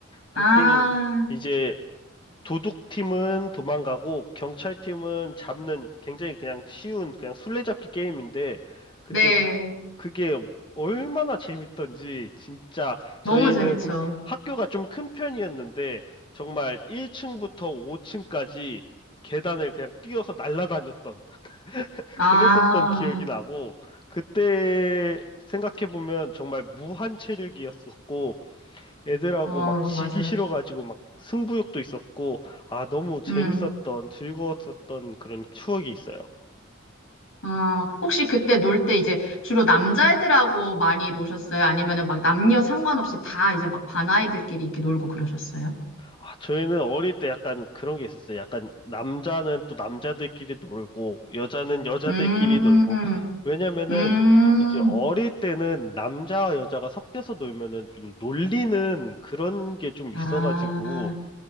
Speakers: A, on the left; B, on the left.
A: 그
B: 아,
A: 게임 이제 도둑팀은 도망가고 경찰팀은 잡는 굉장히 그냥 쉬운 그냥 술래잡기 게임인데 근데
B: 네.
A: 그게 얼마나 재밌던지 진짜
B: 너무
A: 저희는
B: 재밌죠.
A: <laughs> 학교가 좀 큰 편이었는데 정말 1층부터 5층까지 계단을 그냥 뛰어서 날아다녔던
B: 아,
A: 그랬었던 기억이 나고 그때 생각해보면 정말 무한 체력이었었고 애들하고
B: 어,
A: 막 지기
B: 맞아요.
A: 싫어가지고 막 승부욕도 있었고 아 너무 재밌었던
B: 음,
A: 즐거웠었던 그런 추억이 있어요.
B: 어, 혹시 그때 놀 때 이제 주로 남자애들하고 많이 노셨어요? 아니면은 막 남녀 상관없이 다 이제 막 반아이들끼리 이렇게 놀고 그러셨어요?
A: 아, 저희는 어릴 때 약간 그런 게 있었어요. 약간 남자는 또 남자들끼리 놀고, 여자는 여자들끼리
B: 음,
A: 놀고. 왜냐면은
B: 음,
A: 이제 어릴 때는 남자와 여자가 섞여서 놀면은 좀 놀리는 그런 게 좀
B: 아,
A: 있어가지고,